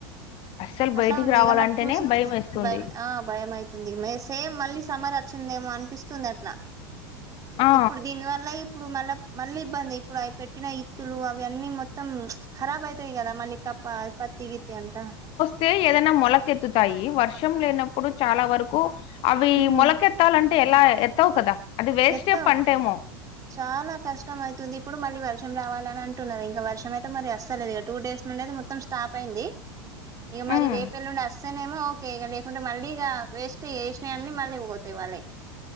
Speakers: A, on the left; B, on the right.
A: అస్సలు
B: అట్ల
A: బయటికి
B: ఉంది
A: రావాలంటేనే
B: ఇగ మరి చూసి
A: భయం
B: చూసి
A: వేస్తుంది
B: భయం ఆ భయమైతుంది మే సేమ్ మళ్ళీ సమ్మర్ అచ్చిందేమో అనిపిస్తుంది అట్ల
A: ఆ
B: ఇప్పుడు దీనివల్ల ఇప్పుడు మళ్ళా మళ్ళీ ఇబ్బంది. ఇప్పుడవి పెట్టిన ఇత్తులు అవి అన్నీ మొత్తం ఖరాబైతాయి కదా మల్లి కప్ప అ పత్తి గిత్తి అంతా
A: తే ఏదైనా మొలకెత్తుతాయి. వర్షం లేనప్పుడు చాలా వరకు అవి
B: ఉమ్
A: మొలకె ఎత్తాలంటే ఎలా ఎత్తావ్ కదా! అది వేస్టే
B: ఎత్తావ్
A: పంటేమో.
B: చాలా కష్టం అవుతుంది ఇప్పుడు మళ్ళీ వర్షం చాలా చాలా కాష్టమైతుంది. ఎప్పుడు మళ్ళీ వర్షం రావాలని అంటున్నారు. ఇంక వర్షమైతే మరి అస్సల్ లేదు ఇక టూ డేస్నుండి అయితే మొత్తం స్టాప్ అయింది. ఇగ మరి
A: ఉమ్
B: రేపెల్లుండి అస్తేనేమో ఓకె. ఇక లేకుంటే మళ్ళీ ఇగ వేస్ట్ ఏసినయన్ని మల్లి పో తేవాలె.